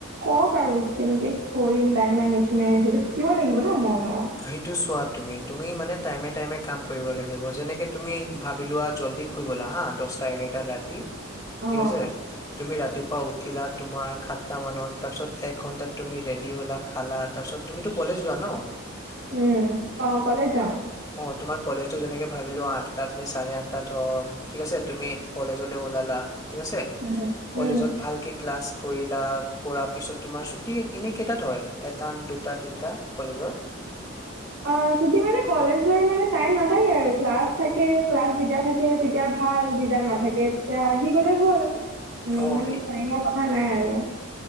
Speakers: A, on the right; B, on the left.
A: কওক আৰু কেনেকে কৰিম টাইম মেনেজমেন্ট সেইটো শিকিব লাগিব ন মই অ
B: সেইটো চোৱা তুমি, তু মি মানে টাইমে টাইমে কাম কৰিব লাগিব। যেনেকে তুমি ভাবি লোৱা জল্দি শুই গ'লা হা দশটা এঘাৰটা ৰাতি
A: অ
B: ঠিক আছে তুমি ৰাতি- পুৱা উঠিলা তোমাৰ সাতটা মানত, তাৰপিছত এক ঘন্টাত তুমি ৰেডি হ'লা খালা তাৰ পিছত তুমিতো কলেজ যোৱা ন?
A: উম অ কলেজ যাওঁ।
B: অ তোমাৰ কলেজটো যেনেকে ভাবিলো আঠটাত নে চাৰে আঠটাত হওক। ঠিক আছে তুমি কলেজলে ওলালা ঠিক আছে
A: উম
B: কলেজত
A: উম
B: ভালকে ক্লাছ কৰিলা কৰা পিছত তোমাৰ ছুটি এনে কেইটাত হয়, এটা দুটা তিনটা কলেজৰ?
A: অ ছুটী মানে কলেজৰ মানে টাইম নাথাকে আৰু ক্লাছ থাকে ক্লাছ যেতিয়া থাকে তেতিয়া ভাল যেতিয়া নাথাকে তেতিয়া আহি গ'লে হ'ল। মানে
B: অ
A: ইমান
B: সেই
A: টাইমৰ কথা থা নাই আৰু।